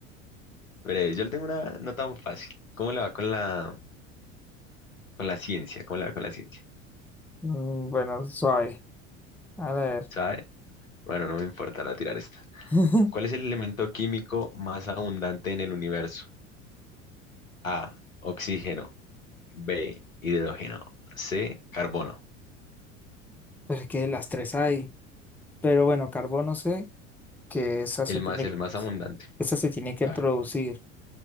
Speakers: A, on the left; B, in the centre.
A: Veré, yo le tengo una no tan fácil. ¿Cómo le va con la, con la ciencia? ¿Cómo le va con la ciencia?
B: Mm, bueno, suave. A ver.
A: ¿Sabe? Bueno, no me importa, la voy a tirar esta.
B: <laughs>
A: ¿Cuál es el elemento químico más abundante en el universo? A, oxígeno. B, hidrógeno. C, carbono.
B: Pero es que las tres hay. Pero bueno, carbono sé que esa
A: El
B: se tiene,
A: más, el más abundante.
B: esa se tiene que
A: A
B: producir.
A: ver.